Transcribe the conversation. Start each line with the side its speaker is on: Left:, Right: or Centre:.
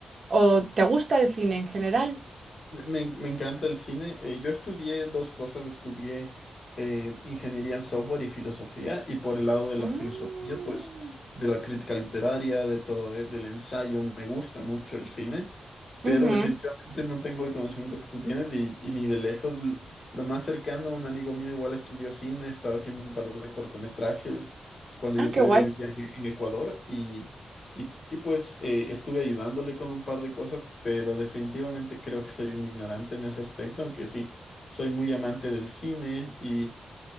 Right: o te gusta el cine en general.
Left: Me, me encanta el cine. Eh, yo estudié dos cosas. Estudié eh, ingeniería en software y filosofía. Y por el lado de la
Right: Mm,
Left: filosofía, pues, de la crítica literaria, de todo, eh, del ensayo, me gusta mucho el cine. Pero
Right: ujú.
Left: definitivamente no tengo el conocimiento que tú tienes y, y ni de lejos. L- Lo más cercano, un amigo mío igual estudió cine, estaba haciendo un par de cortometrajes cuando
Right: Ah,
Left: yo
Right: qué
Left: todavía
Right: guay.
Left: vivía en en Ecuador y... Y, y pues eh, estuve ayudándole con un par de cosas, pero definitivamente creo que soy un ignorante en ese aspecto, aunque sí, soy muy amante del cine y,